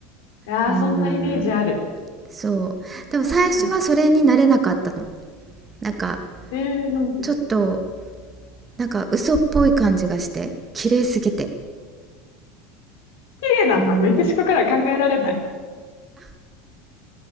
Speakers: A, on the left; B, on the right.
A: やー、
B: <laughs> うーん
A: そんなイメージある。
B: そうでも最初はそれになれなかったの
A: そうなんだ。
B: なんか
A: えー、なんで
B: ちょっとなんか嘘っぽい感じがして綺麗すぎて
A: 綺麗なんだ。
B: うーん
A: メキシコからは考えられない。